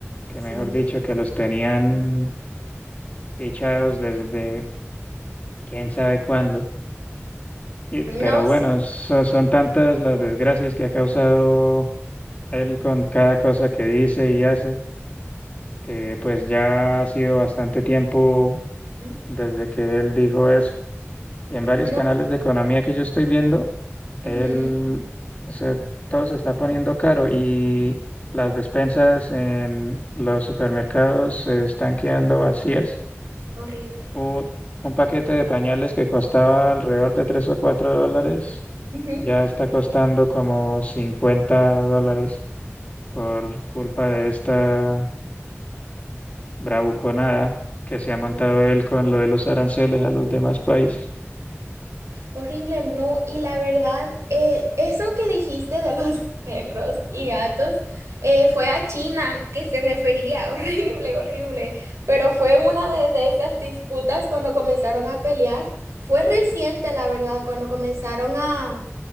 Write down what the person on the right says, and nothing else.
Sí,
no,
sí.
ujú,
No,
ujú,
horrible.
ujú,
No.
Horrible, no. Y la verdad, eh, eso que dijiste de los <laughs> perros y gatos eh, fue a China que se refería. <laughs> Horrible, horrible. Pero fue una de, de esas disputas cuando comenzaron a pelear. Fue reciente, la verdad, cuando comenzaron a